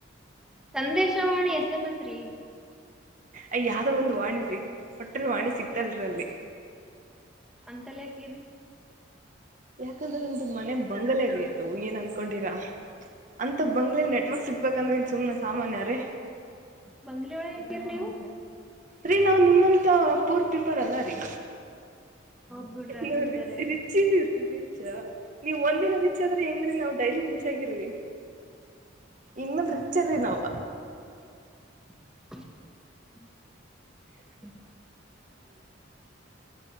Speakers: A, in the centre; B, on the right.
A: ಸಂದೇಶವಾಣಿ ಎಸ್ ಎಂ ಎಸ್ ರೀ
B: ಅಯ ಯಾವ್ದ ಒಂದು ವಾಣಿರೀ ಒಟ್ಟನ್ ವಾಣಿ ಸಿಕ್ತಲ್ರಿ ಅಲ್ಲಿ
A: ಅಂತಲ್ಲ ಹಾಕೀರಿ
B: ಯಾಕಂದ್ರ ಒಂದು ಮನೆ ಬಂಗಲೇರಿ ಅದು ಏನ್ ಅನ್ಕೊಂಡಿರಾ ಅಂತ ಬಂಗ್ಲೆಲಿ ನೆಟ್ವರ್ಕ್ ಸಿಕ್ಬೇಕಂದ್ರೆ ಇನ್ ಸುಮನೆ ಸಾಮಾನ್ಯರೀ
A: ಬಂಗ್ಲೆ ಒಳಗೆ ಹಾಕಿರಿ ನೀವು
B: ರೀ ನಾ್ ನಿಮ್ಮಂತ ಪೂರ್ ಪಿಪರ್ ಅಲ್ಲ ರೀ
A: ಹೌದ್ ಬಿಡ್ರಿ ಅದನ್ನು
B: ನ್ ರಿಚ್
A: ಕರೆ ಅದ
B: ರಿಚ್ ರಿಚಾ ನೀವ್ ಒಂದಿನ ರಿಚ್ ಆದ್ರೆ ಹೆಂಗ್ರೀ ನವು ಡೈಲಿ ರಿಚ್ ಆಗಿರುವಿ ಇನ್ಮೇಲ್ ರಿಚರ್ ನವ್
A: <unintelligible> ಹ